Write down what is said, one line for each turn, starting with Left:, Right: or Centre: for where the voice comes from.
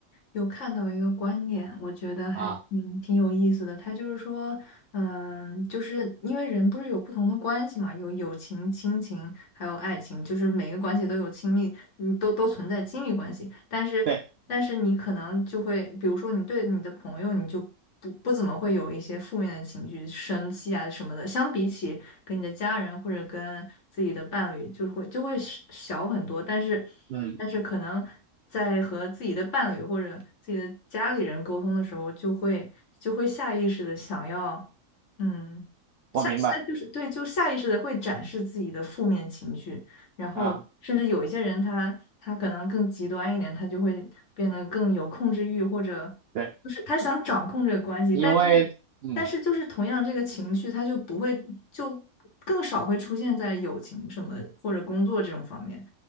Left: 有看到一个观点，我觉得还挺挺有意思的。
Right: 啊。
Left: 他就是说，嗯，就是因为人不是有不同的关系嘛，有友情、亲情，还有爱情，就是每个关系都有亲密，你都都存在亲密关系。但是，
Right: 对，
Left: 但是你可能就会，比如说你对你的朋友，你就不不怎么会有一些负面的情绪，生气啊什么的。相比起跟你的家人或者跟自己的伴侣，就是会就会小小很多。但是，
Right: 嗯，
Left: 但是可能在和自己的伴侣或者自己的家里人沟通的时候，就会就会下意识的想要，嗯，
Right: 我明白
Left: 下下就是对，就下意识的会展示自己的负面情绪。然后甚至有一些人他他可能更极端一点，
Right: 啊。
Left: 他就会变得更有控制欲，或者就是他想掌控这个关系，
Right: 对，因为嗯，
Left: 但是但是就是同样这个情绪，它就不会就更少会出现在友情什么或者工作这种方面，